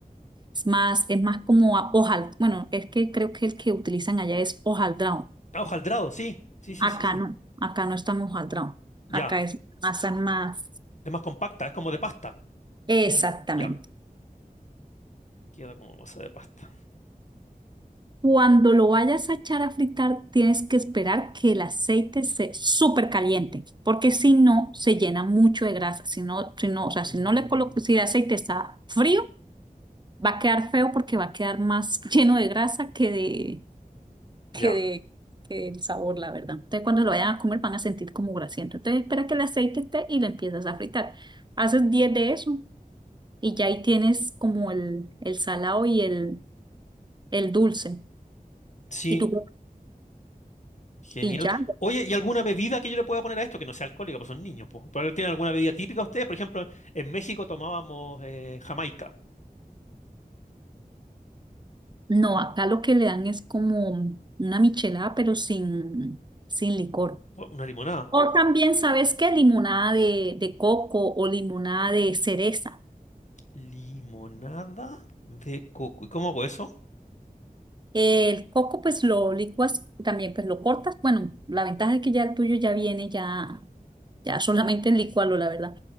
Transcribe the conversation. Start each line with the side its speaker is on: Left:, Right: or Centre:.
Right: Es más, es más como a- hojal. Bueno, es que creo que el que utilizan allá es hojaldrado.
Left: Ah, hojaldrado, sí. Sí, sí, sí,
Right: Acá
Left: sí.
Right: no, acá no estamos hojaldrado.
Left: Ya.
Right: Acá es masa más.
Left: Es más compacta, es como de pasta.
Right: Exactamente.
Left: Ya. Queda como masa de pasta.
Right: Cuando lo vayas a echar a fritar, tienes que esperar que el aceite se súper caliente, porque si no, se llena mucho de grasa. Si no, si no, o sea,
Left: Mm.
Right: si no le colocas, si el aceite está frío, va a quedar feo porque va a quedar más <laughs> lleno de grasa que de, que
Left: Ya.
Right: de, que del sabor, la verdad. Entonces, cuando lo vayan a comer, van a sentir como grasiento. Entonces, espera que el aceite esté y lo empiezas a fritar. Haces 10 de eso y ya ahí tienes como el, el salado y el, el dulce.
Left: Sí,
Right: Y tú,
Left: Genial.
Right: y ya.
Left: Oye, ¿y alguna bebida que yo le pueda poner a esto que no sea alcohólica, pues son niños, pues? ¿Pero tienen alguna bebida típica ustedes? Por ejemplo, en México tomábamos eh, Jamaica.
Right: No, acá lo que le dan es como una michelada, pero sin, sin licor.
Left: Bu- Una limonada.
Right: O también, ¿sabes qué? Limonada de, de coco o limonada de cereza.
Left: Limonada de coco. ¿Y cómo hago eso?
Right: El coco, pues lo licuas, también pues lo cortas. Bueno, la ventaja es que ya el tuyo ya viene, ya, ya solamente licuarlo, la verdad.